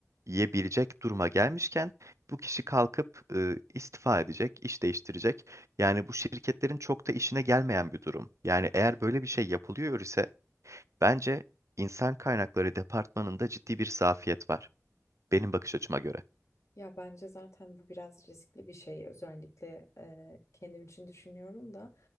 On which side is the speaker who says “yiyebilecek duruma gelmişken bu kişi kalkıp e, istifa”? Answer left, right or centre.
Right